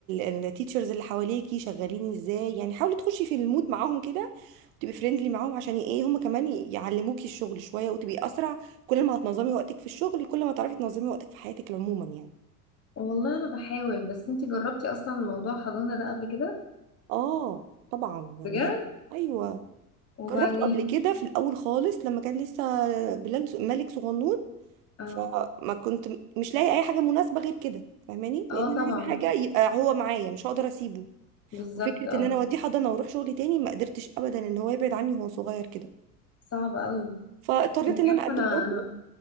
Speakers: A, on the right; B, on the left.
A: التيتشرز اللي حواليكي شغالين ازاي يعني حاولي تخشي في المود معاهم كده تبقي فريندلي معاهم عشان ايه هم كمان يعلموكي الشغل شويه وتبقي اسرع كل ما هتنظمي وقتك في الشغل كل ما تعرفي تنظمي وقتك في حياتك عموما يعني
B: والله انا بحاول بس انتي جربتي اصلا موضوع حضانة ده قبل كده
A: اه طبعا يعني
B: بجد
A: ايوه
B: وبعدين
A: جربته قبل كده في الاول خالص لما كان لسه بلال ص- ملك صغنون
B: اه
A: فما كنت م- مش لاقي اي حاجه مناسبه غير كده فاهماني
B: اه
A: لان
B: طبعا
A: انا عايزه حاجه يبقى هو معايا مش هقدر اسيبه
B: بالظبط
A: وفكره
B: اه
A: ان انا اوديه حضانه واروح شغل تاني ما قدرتش ابدا ان هو يبعد عني وهو صغير كده
B: صعب قوي
A: فاضطريت
B: انتي
A: ان انا
B: عارفة
A: اقدم
B: انا
A: برضه
B: انا